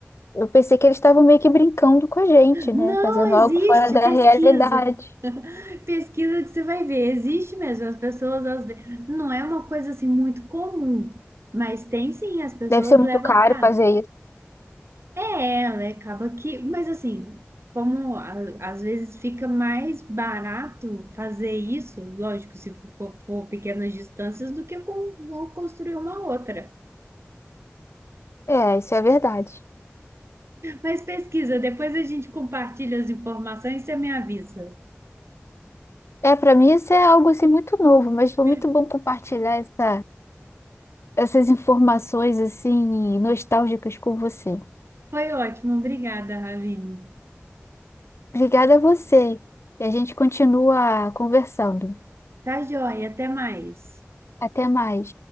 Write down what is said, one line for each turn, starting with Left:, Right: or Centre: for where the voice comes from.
Left: Eu pensei que eles estavam meio que brincando com a gente, né?
Right: não
Left: Fazendo algo
Right: existe
Left: fora da
Right: pesquisa,
Left: realidade.
Right: pesquisa que você vai ver, existe mesmo, as pessoas às vezes, não é uma coisa assim muito comum, mas tem sim, as pessoas
Left: Deve ser muito
Right: levam
Left: caro
Right: a casa.
Left: fazer isso.
Right: É, ela acaba que, mas assim, como a- às vezes fica mais barato fazer isso, lógico, se for, for pequenas distâncias, do que com- vou construir uma outra.
Left: É, isso é verdade.
Right: Mas pesquisa, depois a gente compartilha as informações e você me avisa.
Left: É, para mim isso é algo assim muito novo, mas foi muito
Right: <laughs>
Left: bom compartilhar essa, essas informações assim nostálgicas com você.
Right: Foi ótimo, obrigada, Ravine.
Left: Obrigada a você. E a gente continua conversando.
Right: Tá joia, até mais.
Left: Até mais.